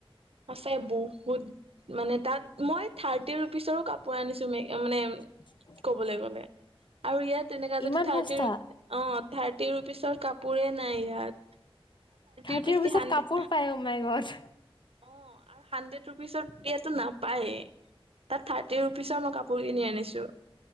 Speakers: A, on the right; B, on the left.
A: সঁচাই বহুত মানে তাত মই থাৰ্টি ৰোপিচৰো কাপোৰ আনিছো, ম মানে
B: হয়।
A: ক'বলৈ গ'লে আৰু ইয়াত তেনেকুৱা
B: ইমান
A: যদি থাৰ্টি
B: সস্তা
A: অ' থাৰ্টি ৰোপিচৰ কাপোৰে নাই ইয়াত।
B: থাৰ্টি
A: ৰুপিচ
B: ৰোপিচত
A: কি হানড্ৰেড
B: কাপোৰ পায় অ' মাই গড।
A: অ' আৰু হাণ্ড্ৰেড ৰোপিচৰ কূট্টাটো নাপায় এ। তাত থাৰ্টি ৰোপিচৰ মই কাপোৰ কিনি আনিছো।